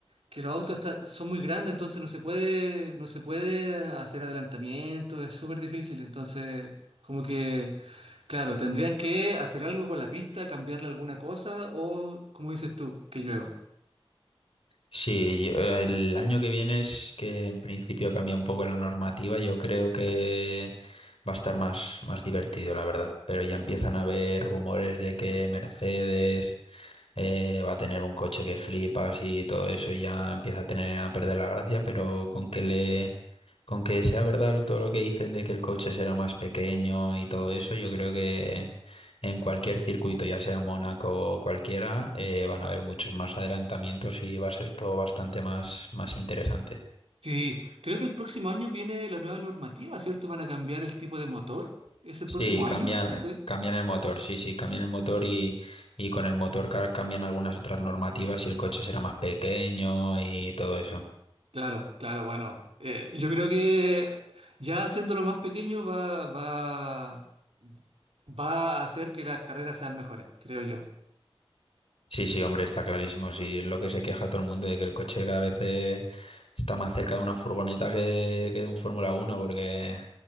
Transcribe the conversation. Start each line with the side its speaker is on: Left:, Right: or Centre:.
Right: que los autos está- son muy grandes, entonces no se puede, no se puede hacer adelantamiento, es súper difícil. Entonces, como que, claro, tendrían que hacer algo con la pista, cambiarle alguna cosa o, como dices tú, que llueva.
Left: Sí, yo- eh, el año que viene es que en principio cambia un poco la normativa. Yo creo que va a estar más, más divertido, la verdad. Pero ya empiezan a haber rumores de que Mercedes eh, va a tener un coche que flipas y todo eso y ya empieza a tener a perder la gracia, pero con que le con que sea verdad todo lo que dicen de que el coche será más pequeño y todo eso, yo creo que en cualquier circuito, ya sea Mónaco o cualquiera, eh, van a haber muchos más adelantamientos y va a ser todo bastante más, más interesante.
Right: Sí, creo que el próximo año viene la nueva normativa, ¿cierto? Van a cambiar el tipo de motor. ¿Es el
Left: Sí,
Right: próximo año?
Left: cambian,
Right: Sí.
Left: cambian el motor, sí, sí, cambian el motor y, y con el motor ca- cambian algunas otras normativas y el coche será más pequeño y todo eso.
Right: Claro, claro, bueno. eh, yo creo que ya haciéndolo más pequeño va, va. va a hacer que las carreras sean mejores, creo yo. <laughs>
Left: Sí, sí, hombre, está clarísimo. Sí, es lo que se queja todo el mundo de que el coche cada vez eh, está más cerca de una furgoneta que de, que de un Fórmula uno, porque